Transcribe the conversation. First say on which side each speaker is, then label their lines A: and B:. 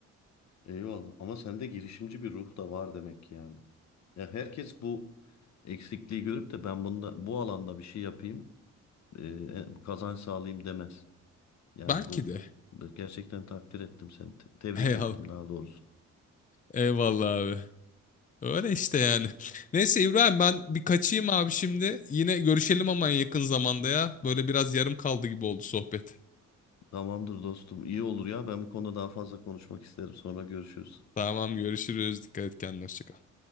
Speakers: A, on the left (about 65°); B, on the left (about 25°).
A: eyvallah. Ama sende girişimci bir ruh da var demek ki yani. Ya herkes bu eksikliği görüp de ben bunda bu alanda bir şey yapayım, e, kazanç sağlayayım demez. Yani
B: Belki
A: bu
B: de.
A: gerçekten takdir ettim seni. te- tebrik
B: <laughs> Eyvallah.
A: ettim daha doğrusu.
B: Eyvallah abi. Öyle işte yani. Neyse İbrahim ben bir kaçayım abi şimdi. Yine görüşelim ama en yakın zamanda ya. Böyle biraz yarım kaldı gibi oldu sohbet.
A: Tamamdır dostum. İyi olur ya. Ben bu konuda daha fazla konuşmak isterim. Sonra görüşürüz.
B: Tamam görüşürüz. Dikkat et kendine. Hoşça kal.